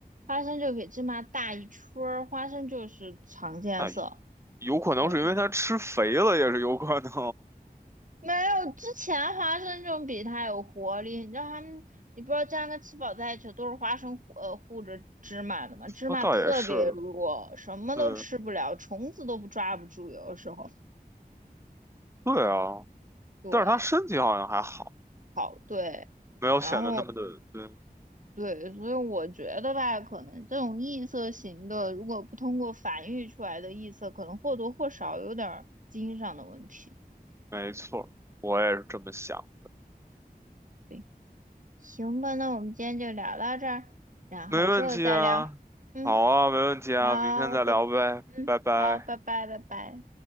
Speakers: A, on the right; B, on the right.
A: 花生就比芝麻大一圈儿，花生就是常见色。
B: 那有可能是因为它吃肥了，
A: 对，
B: 也是有可能。
A: 没有之前花生就比它有活力。你知道它们，你不知道这样跟吃饱在一起都是花生护呃护着芝麻的嘛？芝麻特别弱，
B: 那倒也是，
A: 什么都吃不了，
B: 对
A: 虫子都不抓不住，有的时候。
B: 对啊。
A: 对，
B: 但是它身体好像还好，
A: 好，对，
B: 没有显得那么的，
A: 然后。
B: 嗯，
A: 对，所以我觉得吧，可能这种异色型的，如果不通过繁育出来的异色，可能或多或少有点儿基因上的问题。
B: 没错儿我也是这么想。
A: 对，行吧，那我们今天就聊到这儿，然后之后再聊。
B: 没问题啊，
A: 嗯，
B: 好啊，没问题啊，
A: 好，
B: 明天再聊呗，
A: 拜，嗯，
B: 拜拜。
A: 好，拜拜，拜拜。